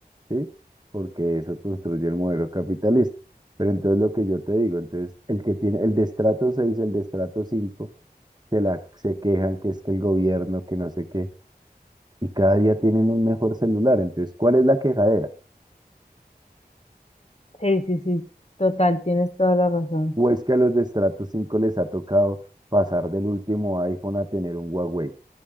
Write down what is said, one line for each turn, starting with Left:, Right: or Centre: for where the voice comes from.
Right: ¿sí? Porque eso construye el modelo capitalista. Pero entonces lo que yo te digo, entonces el que tiene el de estrato 6, el de estrato 5 se la se quejan que es que el gobierno, que no sé qué, y cada día tienen un mejor celular. Entonces, ¿cuál es la quejadera?
Left: sí, sí, sí, total, tienes toda la razón.
Right: ¿O es que a los de estrato 5 les ha tocado pasar del último iPhone a tener un Huawei?